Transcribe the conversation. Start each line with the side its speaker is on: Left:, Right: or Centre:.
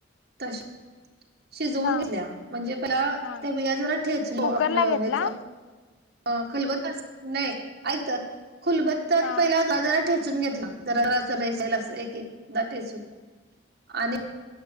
Right: तशा. शिजवून
Left: हा
Right: घेतल्या म्हणजे पला
Left: हा
Right: त्या बिया जरा ठेचलो
Left: कुकर
Right: आपलं
Left: ला घेतला
Right: हेज अ खलबत्या सार नाय. ऐक तर खुलबत्त्यात
Left: हा
Right: पहिला जरासं ठेचून घेतला जरा ज अस रेचल अस एक-एक. टेचुन आणि